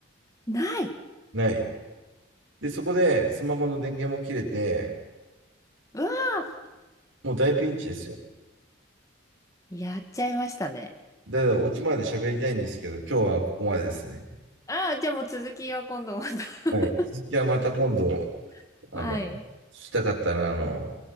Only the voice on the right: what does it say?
ない。で、そこでスマホの電源も切れて、
もう大ピンチですよ。
だから、オチまで喋りたいんですけど、今日はここまでですね。
はい。続きはまた今度、
あの、
聞きたかったら、あの、